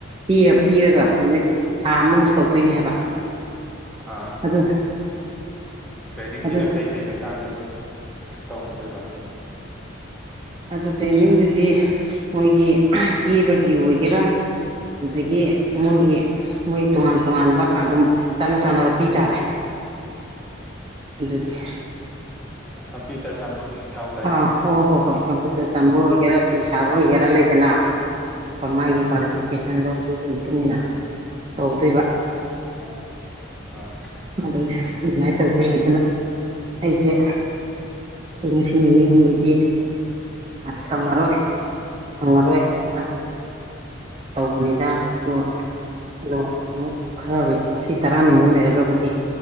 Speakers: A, on the right; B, in the centre.
A: ꯄꯤꯌꯥ ꯄꯤꯔꯒ ꯅꯨꯃꯤꯠ ꯊꯥ ꯑꯃꯃꯨꯛ ꯇꯧꯗꯣꯏꯅꯦ ꯍꯥꯏꯕ
B: ꯑꯥ
A: ꯑꯗꯨ
B: ꯇ꯭ꯔꯦꯅꯤꯡꯖꯤꯅ
A: ꯑꯗꯨ
B: ꯀꯩꯀꯩ ꯃꯇꯥꯡꯗ ꯇꯧꯍꯟꯗꯣꯏꯕ
A: ꯑꯗꯨ ꯇ꯭ꯔꯦꯅꯤꯡꯗꯨꯗꯤ ꯃꯣꯏꯒꯤ ꯀꯦꯕꯒꯤ ꯑꯣꯏꯒꯦꯔꯥ ꯑꯗꯒꯤ ꯃꯣꯏꯒꯤ ꯃꯣꯏ ꯇꯣꯉꯥꯟ ꯇꯣꯉꯥꯟꯕ ꯑꯗꯨꯝ ꯆꯥꯅ ꯆꯥꯅꯕ ꯄꯤ ꯇꯥꯔꯦ ꯑꯗꯨꯒꯤ
B: ꯀꯝꯄ꯭ꯌꯨꯇꯔ ꯇꯝꯕꯒꯤꯁꯨ ꯌꯥꯎꯗꯥꯏꯅꯦ
A: ꯑꯥ ꯍꯣꯏ ꯍꯣꯏ ꯍꯣꯏ ꯀꯝꯄꯨꯇꯔ ꯇꯝꯕ ꯑꯣꯏꯒꯦꯔꯥ ꯐꯤ ꯁꯥꯕ ꯑꯣꯏꯒꯦꯔꯥ ꯂꯩꯗꯅ ꯀꯣ ꯃꯥꯒꯤ
B: ꯑꯥ
A: ꯀ꯭ꯋꯥ ꯐꯤꯀꯦꯁꯟꯗꯣ ꯑꯗꯨꯒꯤ ꯃꯇꯨꯡꯏꯟꯅ ꯇꯧꯗꯣꯏꯕ
B: ꯌꯥꯥꯎ ꯑꯥ
A: ꯑꯗꯨꯅꯦ ꯑꯗꯨꯃꯥꯏ ꯇꯧꯗꯣꯏꯅ ꯑꯩꯗꯨꯅ ꯑꯩꯁꯦ ꯑꯩ ꯉꯁꯤ ꯅꯤꯅꯤ ꯍꯨꯝꯅꯤꯗꯤ
B: ꯒꯦꯠ
A: ꯁꯪꯉꯔꯣꯏ
B: ꯂꯣꯜꯂꯕꯣ
A: ꯁꯪꯉꯔꯣꯏꯅ ꯇꯧꯕꯅꯤꯗ ꯑꯗꯨꯒ ꯑꯗꯨꯒ ꯑꯃꯨꯛ ꯈꯔ ꯉꯁꯤ ꯇꯔꯥꯅꯤꯃꯨꯛ ꯂꯩꯔꯒꯕꯨꯗꯤ